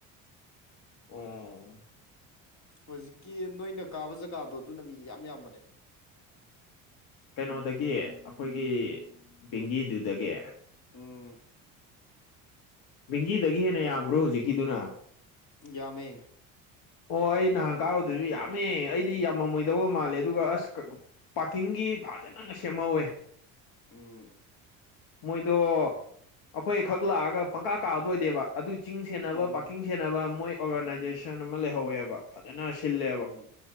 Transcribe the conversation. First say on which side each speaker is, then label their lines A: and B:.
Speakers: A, on the left; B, on the left.
A: ꯑꯣ
B: ꯍꯧꯖꯤꯛꯀꯤ ꯅꯣꯏꯅ ꯀꯥꯕ ꯖꯒꯥꯗꯣ ꯑꯗꯨꯅ ꯃꯤ ꯏꯌꯥꯝ ꯌꯥꯝꯕꯅꯦ
A: ꯀꯩꯅꯣꯗꯒꯤ ꯑꯩꯈꯣꯏꯒꯤ ꯕꯦꯡꯒꯤꯗꯨꯗꯒꯤ
B: ꯎꯝ
A: ꯕ‌ꯦꯡꯒꯤꯗꯒꯤ ꯍꯦꯟꯅ ꯌꯥꯝꯕ꯭ꯔꯣ ꯍꯧꯖꯤꯛꯀꯤꯗꯨꯅ
B: ꯌꯥꯝꯃꯦ
A: ꯑꯣ ꯑꯩ ꯅꯍꯥꯟ ꯀꯥꯔꯨꯗꯁꯨ ꯌꯥꯝꯃꯦ ꯑꯩꯗꯤ ꯌꯥꯝꯃꯝꯃꯣꯏꯗꯕ
B: ꯎꯝ
A: ꯃꯥꯜꯂꯦ ꯑꯗꯨꯒ ꯑꯁ ꯄꯥꯔꯀꯤꯡꯒꯤ ꯐꯖꯅꯒ ꯁꯦꯝꯍꯧꯋꯦ
B: ꯎꯝ
A: ꯃꯣꯏꯗꯣ ꯑꯩꯈꯣꯏꯈꯛ ꯂꯥꯛꯑꯒ ꯄꯪꯀꯥ ꯀꯥꯕꯗꯣ ꯑꯣꯏꯗꯦꯕ ꯑꯗꯨꯏ ꯆꯤꯡ ꯁꯦꯟꯅꯕ
B: ꯎꯝ
A: ꯄꯥꯔꯀꯤꯡ ꯁꯦꯟꯅꯕ ꯃꯣꯏ ꯑꯣꯔꯒꯅꯥꯏꯖꯦꯁꯟ ꯑꯃ ꯂꯩꯍꯧꯋꯦꯕ ꯐꯖꯅ ꯁꯤꯜꯂꯦꯕ
B: ꯎꯝ